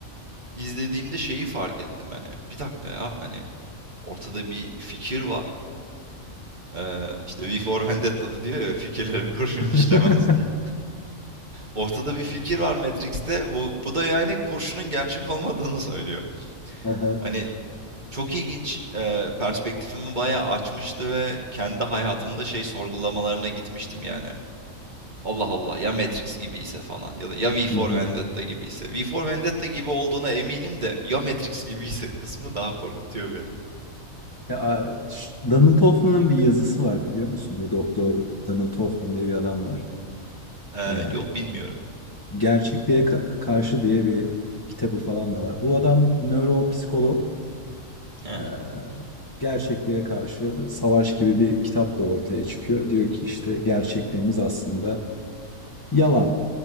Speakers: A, on the right; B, on the left.
A: izlediğimde şeyi fark ettim hani. Bir dakika ya hani ortada bir fikir var. Eee işte V for Vendetta'da diyor ya fikirlere kurşun
B: <laughs>
A: işlemez diye. Ortada bir fikir var Matrix'te. Bu, bu da yani kurşunun gerçek olmadığını söylüyor.
B: Hı hı.
A: Hani Çok ilginç, eee, perspektifimi bayağı açmıştı ve kendi hayatımda şey sorgulamalarına gitmiştim yani. Allah Allah ya Matrix gibiyse falan ya da ya V for
B: Hı hı.
A: Vendetta gibiyse. V for Vendetta gibi olduğuna eminim de ya Matrix gibiyse kısmı daha korkutuyor beni.
B: Ya, ş- Donald Hoffman'ın bir yazısı var biliyor musun? Bu doktor Donald Hoffman diye bir adam var.
A: Eee,
B: Ee,
A: yok bilmiyorum.
B: Gerçekliğe Ka- Karşı diye bir kitabı falan da var. Bu adam nöropsikolog.
A: Hı hı,
B: Ee, gerçekliğe karşı savaş gibi bir kitap da ortaya çıkıyor. Diyor ki işte gerçekliğimiz aslında yalan.